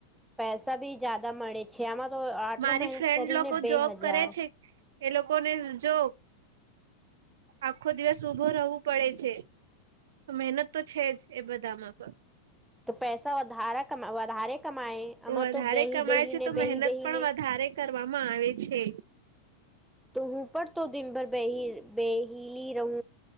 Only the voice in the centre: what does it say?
પૈસા ભી જદા મળે છે. છેમાં તો આટલ
મહેનત
કરીને
બે
હજાર
તો પૈસા વધારા ક વધારે કમાએ
અ
તો બેહી
બેહીને
બેહી બેહીને
તો હું પણર તો દનભર બેહી બેહલી રહુ